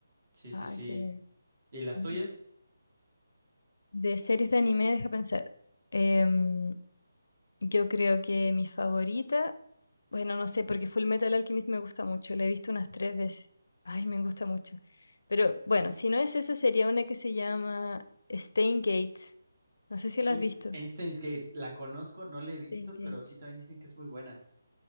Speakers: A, on the right; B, on the left.
A: Sí, sí,
B: Ah,
A: sí.
B: que...
A: ¿Y las
B: ujú.
A: tuyas?
B: De series de anime, deja pensar. Em, yo creo que mi favorita, bueno, no sé, porque Full Metal Alchemist me gusta mucho, la he visto unas tres veces. Ay, me gusta mucho. Pero bueno, si no es esa, sería una que se llama Steins Gate. No sé si la
A: Einst-
B: has visto.
A: Einstein's Gate, la conozco, no la he visto,
B: Steins Gate.
A: pero sí también dicen que es muy buena.